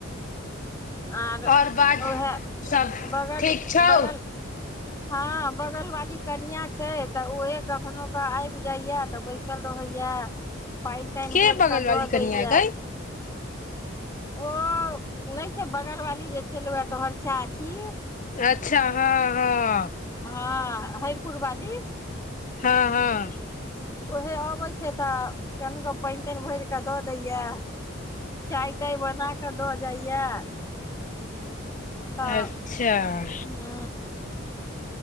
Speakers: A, on the left; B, on the left.
A: आर उएह
B: आओर बाज सब
A: बगल
B: ठीक छौ
A: बगल हँ बगल वाली कनिआ छै तऽ उहे कखनो क आबि जाइया तऽ बैसल रहैया पानि तानि
B: के
A: भरि
B: बगल
A: कऽ
B: वाली
A: दऽ दैया
B: कनिया गै
A: ओ नहि छै बगलवाली जे छलौआ तोहर चाची
B: अच्छा हँ हँ
A: हँ हैरपुरवाली
B: हँ हँ
A: उहे अबैत छै तऽ कनहुके पानि तानि भरि कऽ दऽ दैए चाह ताह बना कऽ दऽ जाइए तऽ
B: अच्छा
A: हू